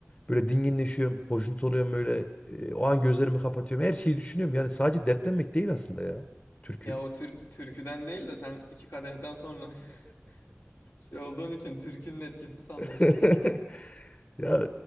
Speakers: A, on the left; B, on the left.
A: böyle dinginleşiyorum, hoşnut oluyorum böyle e, o an gözlerimi kapatıyorum. Her şeyi düşünüyorum. Yani sadece dertlenmek değil aslında ya türkü.
B: Ya o tür türküden değil de sen iki kadehten sonra <laughs> şey olduğun için türkünün etkisi sanıyorsun
A: <laughs>
B: sen.
A: Ya